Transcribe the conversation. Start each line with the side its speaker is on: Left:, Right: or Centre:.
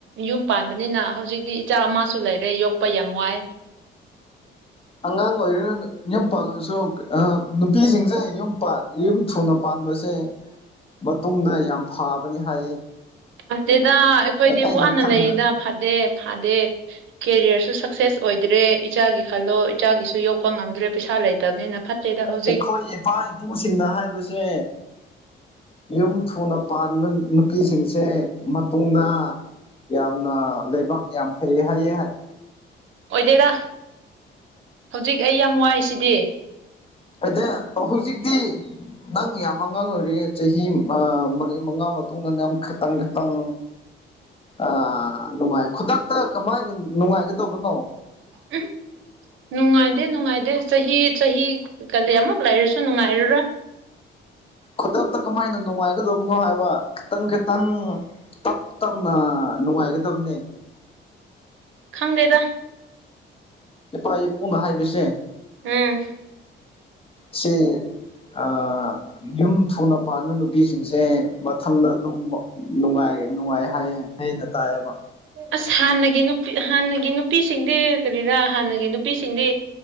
Right: ꯌꯨꯝ ꯄꯥꯟꯕꯅꯤꯅ ꯍꯧꯖꯤꯛꯇꯤ ꯏꯆꯥ ꯑꯃꯁꯨ ꯂꯩꯔꯦ ꯌꯣꯛꯄ ꯌꯥꯝ ꯋꯥꯏ
Left: ꯑꯉꯥꯡ ꯑꯣꯏꯔ ꯌꯨꯝ ꯄꯥꯜꯂꯁꯨ ꯅꯨꯄꯤꯁꯤꯡꯁꯦ ꯌꯨꯝ ꯊꯨꯅ ꯄꯥꯟꯕꯁꯦ ꯃꯇꯨꯡꯗ ꯌꯥꯝ ꯐꯥꯕꯅꯦ ꯍꯥꯏꯌꯦ
Right: ꯐꯠꯇꯦꯗ ꯑꯩꯈꯣꯏꯗꯤ
Left: ꯑꯩꯅ
Right: ꯋꯥꯅ
Left: ꯈꯟꯕ
Right: ꯂꯩꯔꯤꯗ ꯐꯗꯦ ꯐꯗꯦ ꯀꯦꯔꯤꯌꯔꯁꯨ ꯁꯛꯁꯦꯁ ꯑꯣꯏꯗ꯭ꯔꯦ ꯏꯆꯥꯒꯤ ꯈꯜꯂꯣ ꯢꯆꯥꯒꯤꯁꯨ ꯌꯣꯛꯄ ꯉꯝꯗ꯭ꯔꯦ ꯄꯩꯁꯥ ꯂꯩꯇꯕꯅꯤꯅ ꯐꯠꯇꯦꯗ ꯍꯧꯖꯤꯛ
Left: ꯑꯩꯈꯣꯏ ꯏꯄꯥ ꯏꯄꯨꯁꯤꯡꯅ ꯍꯥꯏꯕꯁꯦ ꯌꯨꯝ ꯊꯨꯅ ꯄꯥꯟꯕ ꯅꯨꯄꯤꯁꯤꯡꯁꯦ ꯃꯇꯨꯡꯗ ꯌꯥꯝꯅ ꯂꯩꯕꯥꯛ ꯌꯥꯝ ꯐꯩꯌꯦ ꯍꯥꯏꯌꯦ ꯍꯥꯏ
Right: ꯑꯣꯏꯗꯦꯗ ꯍꯧꯖꯤꯛ ꯑꯩ ꯌꯥꯝ ꯋꯥꯏꯁꯤꯗꯤ
Left: ꯅꯠꯇꯦ ꯍꯧꯖꯤꯛꯇꯤ ꯅꯪ ꯌꯥꯝ ꯑꯉꯥꯡ ꯑꯣꯏꯔꯤ ꯆꯍꯤ ꯃꯔꯤ ꯃꯉꯥ ꯃꯇꯨꯡꯗ ꯅꯪ ꯈꯤꯇꯪ ꯈꯤꯇꯪ ꯑꯥ ꯅꯨꯡꯉꯥꯏ ꯈꯨꯗꯛꯇ ꯀꯃꯥꯏꯅ ꯅꯨꯡꯉꯥꯏꯒꯗꯧꯕꯅꯣ
Right: ꯑꯝ ꯅꯨꯡꯉꯥꯏꯗꯦ ꯅꯨꯡꯉꯥꯏꯗꯦ ꯆꯍꯤ ꯆꯍꯤ ꯀꯗꯤ ꯑꯃꯨꯛ ꯂꯩꯔꯁꯨ ꯅꯨꯡꯉꯥꯏꯔꯔꯣꯏ
Left: ꯈꯨꯗꯛꯇ ꯀꯃꯥꯏꯅ ꯅꯨꯡꯉꯥꯏꯒꯗꯕꯅꯣ ꯍꯥꯏꯕ ꯈꯤꯇꯪ ꯈꯤꯇꯪ ꯇꯞ ꯇꯞꯅ ꯅꯨꯡꯉꯥꯏꯒꯗꯕꯅꯦ
Right: ꯈꯪꯗꯦꯗ
Left: ꯏꯄꯥ ꯏꯄꯨꯅ ꯍꯥꯏꯕꯁꯦ
Right: ꯎꯝ
Left: ꯁꯤ ꯑꯥ ꯌꯨꯝ ꯊꯨꯅ ꯄꯥꯟꯕ ꯅꯨꯄꯤꯁꯤꯡꯁꯦ ꯃꯊꯪꯗ ꯑꯗꯨꯝ ꯅꯨꯡꯉꯥꯏ ꯅꯨꯡꯉꯥꯏ ꯍꯥꯏꯌꯦ ꯑꯩꯅ ꯇꯥꯏꯌꯦꯕ
Right: ꯑꯁ ꯍꯥꯟꯅꯒꯤ ꯅꯨꯄꯤ ꯍꯥꯟꯅꯒꯤ ꯅꯨꯄꯤꯁꯤꯡꯗꯤ ꯀꯔꯤꯔꯥ ꯍꯥꯟꯅꯒꯤ ꯅꯨꯄꯤꯁꯤꯡꯗꯤ